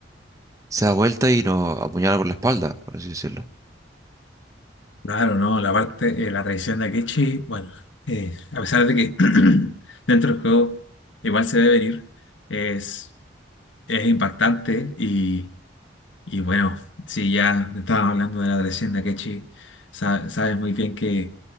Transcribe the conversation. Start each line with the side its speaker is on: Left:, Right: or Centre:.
Right: se da vuelta y nos apuñala por la espalda, por así decirlo.
Left: Claro, no, la parte, eh, la traición de Akechi, bueno, eh, a pesar de que <clears throat> dentro del juego igual se ve venir, es, es impactante y, y bueno, si ya estábamos hablando de la traición de Akechi, sa- sabes muy bien que